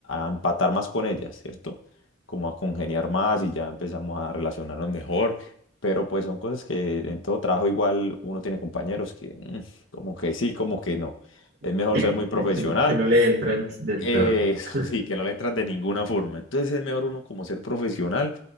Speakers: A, on the left; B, on the right.
A: a empatar más con ellas, ¿cierto? Como a congeniar más y ya empezamos a relacionarnos mejor. Pero pues son cosas que en todo trabajo igual uno tiene compañeros que mm, como que sí, como que no. Es mejor
B: <clears throat>
A: ser muy profesional
B: Que, que no le entran del
A: eso
B: todo. <laughs>
A: sí, que no le entran de ninguna forma. Entonces es mejor uno como ser profesional